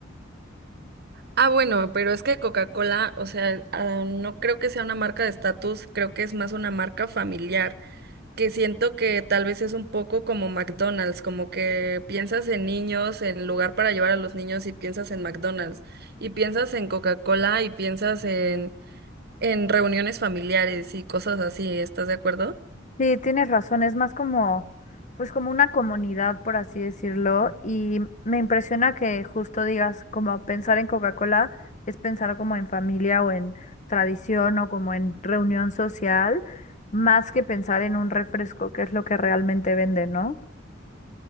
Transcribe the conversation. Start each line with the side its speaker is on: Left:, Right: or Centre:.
Right: Ah, bueno, pero es que Coca-Cola, o sea, ah, no creo que sea una marca de estatus, creo que es más una marca familiar, que siento que tal vez es un poco como McDonald's, como que piensas en niños, en lugar para llevar a los niños y piensas en McDonald's, y piensas en Coca-Cola y piensas en, en reuniones familiares y cosas así, ¿estás de acuerdo?
Left: Sí, tienes razón, es más como, pues como una comunidad, por así decirlo, y me impresiona que justo digas, como pensar en Coca-Cola es pensar como en familia o en tradición o como en reunión social, más que pensar en un refresco, que es lo que realmente vende, ¿no?